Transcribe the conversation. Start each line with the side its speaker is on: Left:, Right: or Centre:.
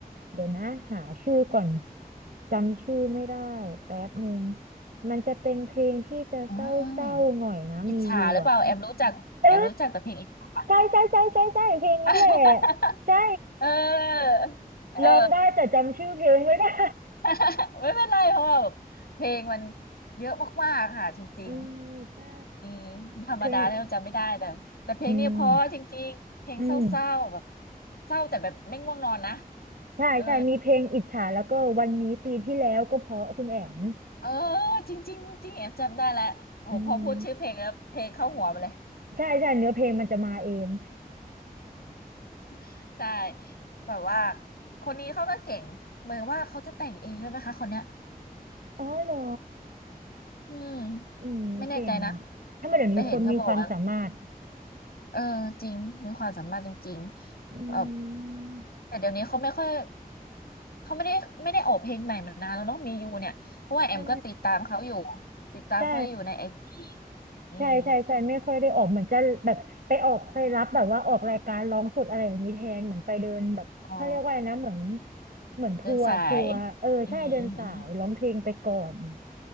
Right: เดี๋ยวนะหาชื่อก่อนจำชื่อไม่ได้แป๊บหนึ่งมันจะเป็นเพลงที่จะเศร้าๆหน่อยนะมียูอ่ะ
Left: อ่าอิจฉาหรือเปล่าแอมมรู้จักแอมรู้จักแต่เพลงอิจฉา
Right: เออใช่ใช่ใช่ใช่ใช่เพลงนี้แหละ
Left: <laughs>
Right: ใช่
Left: เออเออ
Right: ร้องได้แต่จำชื่อเพลงไม่ได้
Left: <laughs> ไม่เป็นไรเพราะว่าแบบเพลงมันเยอะมากๆค่ะจริง
Right: เออใช่
Left: อืมธรรมดาเนี่ยเราจำไม่ได้แต่แต่เพลงเนี้เพราะจริงๆเพลงเศร้าๆแบบ
Right: เพลงอืมอืม
Left: เศร้าแต่แบบไม่ง่วงนอนนะ
Right: ใช่ใช่มีเพลงอิจฉาแล้วก็วันนี้ปีที่แล้วก็เพราะคุณแอม
Left: เออเออจริงๆจริงแอบจำได้แล้วโอ้โหพอพูดชื่อเพลงแล้วเพลงเข้าหัวไปเลย
Right: อืมใช่ใช่เนื้อเพลงมันจะมาเอง
Left: <laughs> ใช่แบบว่าคนนี้เขาก็เก่งเหมือนว่าเขาจะแต่งเองด้วยไหมคะคนเนี้ย
Right: อ๋อเหรอ
Left: อืม
Right: อืมเก่งอ่ะถ้ามาเดี๋ยวนี้คนมีความสามารถ
Left: ไม่แน่ใจนะแต่เห็นเขาบอกว่า เออจริงมีความสามารถจริงๆเออ
Right: อืม
Left: แต่เดี๋ยวนี้เขาไม่ค่อยเขาไม่ได้ไม่ได้ออกเพลงใหม่มานานแล้วเนาะมียูเนี่ยเพราะว่าแอมก็ติดตามเขาอยู่
Right: ใช่
Left: ติดตามเขาอยู่ในไอจี
Right: ใช่
Left: อืม
Right: ใช่ใช่ใช่ไม่ค่อยได้ออกเหมือนจะแบบไปออกไปรับแบบว่าออกรายการร้องสดอะไรอย่างนี้แทนเหมือนไปเดินแบบเขาเรียกว่าอะไรนะเหมือน
Left: อ๋อ
Right: เหมือนทัวร์ทัวร์เออใช่เดินสายร้องเพลงไปก่อน
Left: เดินสายอืมอืมอืม